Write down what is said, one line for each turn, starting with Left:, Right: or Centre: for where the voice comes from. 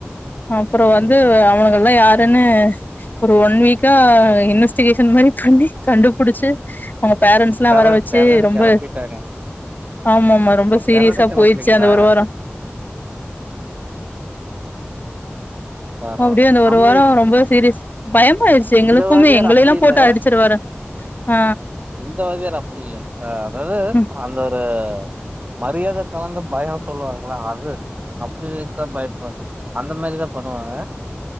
Left: அப்பற
Right: ம்
Left: வந்து அவனுங்கலா யாருன்னு ஒரு ஒன் வீக்கா இன்வெஸ் டிகேஷன் மாரி பண்ணி கண்டுபுடிச்சு அவுங்க பேரண்ட்ஸ்லா
Right: பெர
Left: வர வச்சு
Right: பெரடு
Left: ரொம்ப
Right: கெளப்பிட்டாங்க
Left: ஆமா ஆமா ரொம்ப
Right: ஆ
Left: சீரியஸா
Right: பெரடு கெளப்பலீங்களா
Left: போயிச்சு அந்த ஒரு வாரோ
Right: பரவால்ல
Left: அப்டியே அந்த
Right: நம்ம
Left: ஒரு வாரோ ரொம்பவே சீரியஸ் பயமாயிருச்சு எங்களுக்குமே
Right: இந்த வாத்தியார்
Left: எங்களயெல்லா
Right: அப்டி இல்ல
Left: போட்டு அடிச்சுருவாரு ஆ
Right: இந்த வாத்தியார் அப்படி இல்ல ஆ அதாவது
Left: ம்
Right: அந்த ஒரு மரியாத கலந்த பயோ சொல்லுவாங்களா அது அப்டி இருத்த பயப்ப அந்த மாரிதா பண்ணுவாங்க